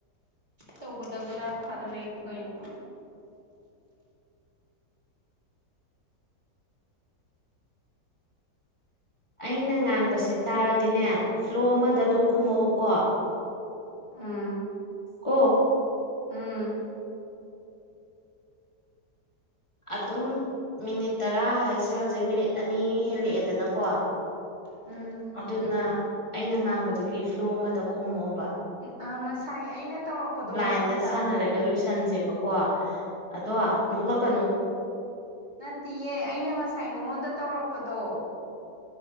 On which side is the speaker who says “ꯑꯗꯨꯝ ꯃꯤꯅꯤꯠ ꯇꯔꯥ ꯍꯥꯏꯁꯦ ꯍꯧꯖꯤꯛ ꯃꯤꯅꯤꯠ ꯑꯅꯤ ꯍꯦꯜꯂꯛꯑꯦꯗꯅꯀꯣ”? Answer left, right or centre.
Left